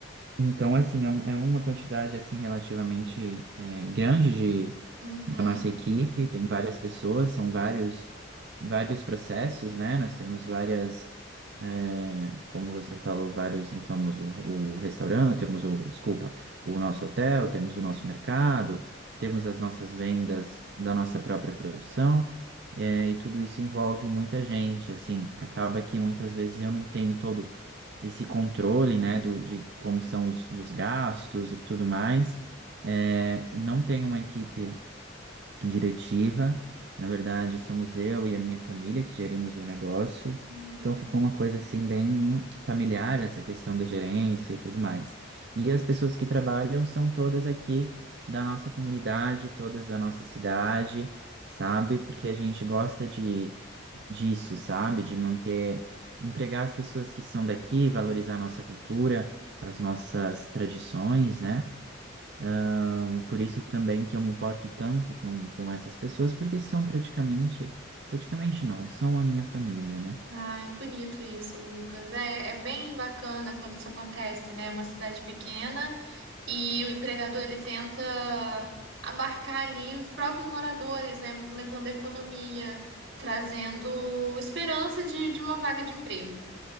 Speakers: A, on the right; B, on the right.
A: então, assim, é, um- é uma quantidade, assim, relativamente é, grande de,
B: Uhum.
A: da nossa equipe, tem várias pessoas, são vários, vários processos, né? Nós temos várias, é, como você falou, vários, então, temos o, o restaurante, temos o, desculpa, o nosso hotel, temos o nosso mercado, temos as nossas vendas da nossa própria produção, é, e tudo isso envolve muita gente, assim, acaba que muitas vezes eu não tenho todo esse controle, né, do, de como são os dos gastos e tudo mais. É, não tem uma equipe diretiva. Na verdade, somos eu e a minha família que gerimos o negócio.
B: Uhum.
A: Então ficou uma coisa assim bem familiar essa questão da gerência e tudo mais. E as pessoas que trabalham são todas aqui da nossa comunidade, todas da nossa cidade, sabe? Porque a gente gosta de disso, sabe? De manter, empregar as pessoas que são daqui, valorizar a nossa cultura, as nossas tradições, né? Ah, por isso também que eu me importo tanto com, com essas pessoas, porque são praticamente, praticamente não, são a minha família, né?
B: Ai, bonito isso, Lucas. É, é bem bacana quando isso acontece, né? Uma cidade pequena e o empregador ele tenta abarcar ali os próprios moradores, né? Movimentando a economia, trazendo esperança de, de uma vaga de emprego.